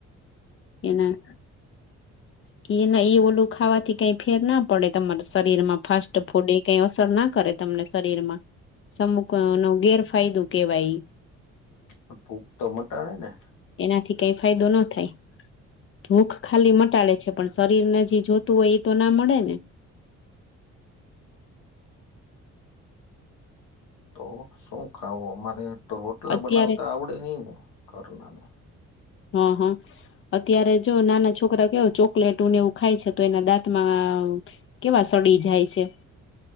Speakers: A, on the left; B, on the left.
A: એના કે ઈના ઈ ઓલું ખાવાથી કઈ ફેર ના પડે તમારા શરીર માં ફાસ્ટ ફૂડ કઈ અસર ના કરે તમને શરીર માં. સમુક ન નો ગેરફાયદો કેવાય ઈ.
B: પન ભૂક તો મટાડે ને.
A: એનાથી કઈ ફાયદો ન થાય, ભૂખ ખાલી મટાડે છે. પણ શરીર ને જે જોતું હોય એ તો ના મળે ને.
B: તો શું ખાવું અમારે તો રોટલા
A: અત્યારે
B: બનાવતા આવડે નઈ ને ઘરના ને.
A: હા હા અત્યારે જો નાના છોકરા કેવો ચોકલેટ ઉને એવું ખાય છે તો એના દાંતમાં કેવા સડી જાય છે.